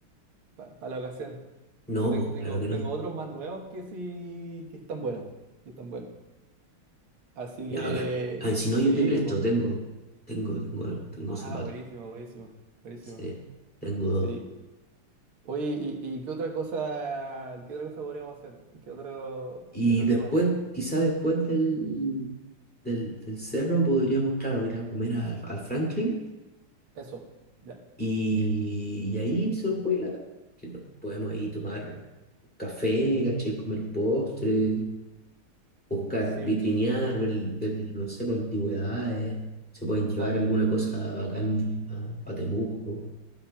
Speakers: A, on the right; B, in the centre.
A: para la ocasión.
B: No,
A: Pero te-
B: pues
A: tengo,
B: claro que no.
A: tengo otros más nuevos que sí, que están buenos, que están buenos. Así
B: Ya
A: que,
B: bacán. A ver, si no,
A: sí,
B: yo te presto,
A: po.
B: tengo. Tengo, tengo, tengo
A: Ah,
B: zapatos.
A: buenísimo, buenísimo, buenísimo.
B: Sí, tengo dos.
A: Sí, Oye, ¿y, y qué otra cosa, qué otra cosa podríamos hacer? ¿Qué otro,
B: Y
A: qué otro
B: después,
A: tema?
B: quizá después del, del, del cerro, podríamos, claro, ir a comer al, al Franklin
A: Eso, ya.
B: y, y ahí se nos puede ir la tarde, Que nos podemos ahí tomar café, caché, comer postre. buscar,
A: Sí,
B: vitrinear, ver, ver, no sé, pues, antigüedades. Se pueden llevar
A: sa-
B: alguna cosa bacán a, a Temuco.